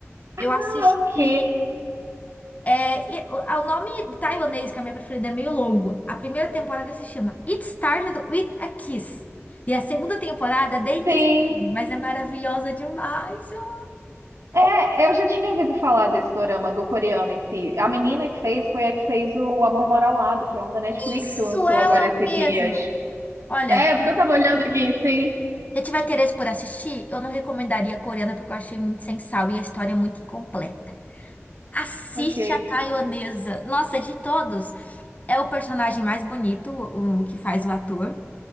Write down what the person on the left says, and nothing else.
Eu
assisti.
É, e- o o nome taiwanês, que é a minha preferida, é meio longo. A primeira temporada se chama It Started with a Kiss. E a segunda temporada, é They Kiss,
mas é maravilhosa demais. Eu-
Isso,
ela
mesma.
Olha.
Se tiver interesse por assistir, eu não recomendaria a coreana porque eu achei muito sem sal e a história é muito incompleta. Assiste
a taiwanesa. Nossa, de todos, é o personagem mais bonito, o, o que faz o ator.